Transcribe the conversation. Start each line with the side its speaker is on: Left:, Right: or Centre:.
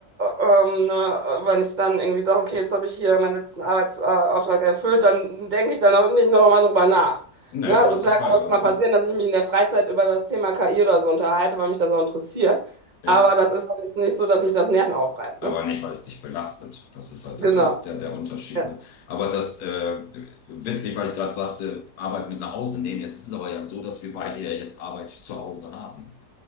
Right: äh, ähm, ne, wenn ich dann irgendwie sage, okay, jetzt habe ich hier meinen letzten Arbeitsauftrag erfüllt, dann denke ich dann auch nicht nochmal drüber nach.
Left: dann
Right: Ne? Also
Left: hast
Right: klar
Left: du Feierabend,
Right: kann es mal passieren,
Left: ne?
Right: dass ich mich in der Freizeit über das Thema KI oder so unterhalte, weil mich das auch interessiert.
Left: Ja.
Right: Aber das ist dann jetzt nicht so, dass mich das Nerven aufreibt.
Left: aber
Right: Ne?
Left: nicht, weil es dich belastet. Das ist halt
Right: Genau.
Left: dann der, der, der Unterschied.
Right: Ja.
Left: Ne? Aber das, äh, witzig, weil ich gerade sagte, Arbeit mit nach Hause nehmen. Jetzt ist es aber ja so, dass wir beide ja jetzt Arbeit zu Hause haben.